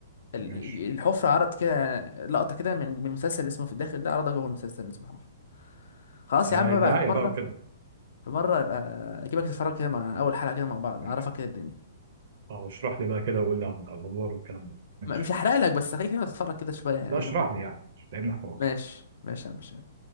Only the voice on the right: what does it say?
ماشي
آه
دعاية
بقى وكده
ماشي
اه اشرح لي بقى كده وقول لي على الادوار والكلام ده ماشي
لا اشرح
لي يعني مش لعبنا حوار